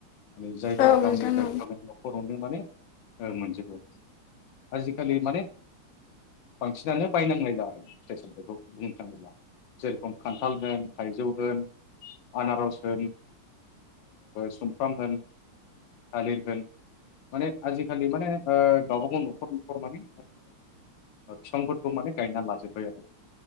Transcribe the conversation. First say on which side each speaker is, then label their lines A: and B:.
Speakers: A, on the left (about 65°); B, on the left (about 85°).
A: मे जायगा
B: औ नोंथां औ
A: गावनि
B: नोंथां
A: जायगायावनो
B: औ
A: न'खरावनो माने मोनजोबो आजिखालि माने बांसिनानो बायनांलायला आरो फेसल बेखौ बुंनो थाङोब्ला जेरखम खान्थाल होन थाइजौ होन आनारस होन सुमफ्राम होन थालिर होन माने आजिखालि माने गावबा गाव न'खर न'खर माने फिफांफोरखौ माने गायना लाजोबबाय आरो